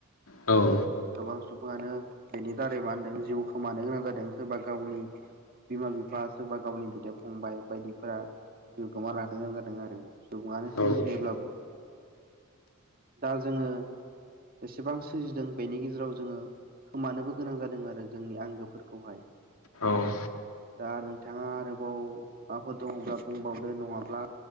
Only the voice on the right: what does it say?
गोबां सुबुङानो बेनि दारै मा होनदों जिउ खोमानो गोनां जादों सोरबा गावनि बिमा बिफा सोरबा गावनि बिदा फंबाय बायदिफोरा जिउ गोमा लांनो गोनां जादों आरो सुबुङानो सोरजिनायब्लाबो
दा जोङो बेसेबां सोरजिदों बेनि गेजेराव जोङो खोमानोबो गोनां जादों आरो जोंनि आंगोफोरखौहाय
दा नोंथाङा आरोबाव माबाफोर दङब्ला बुंबावदो नङाब्ला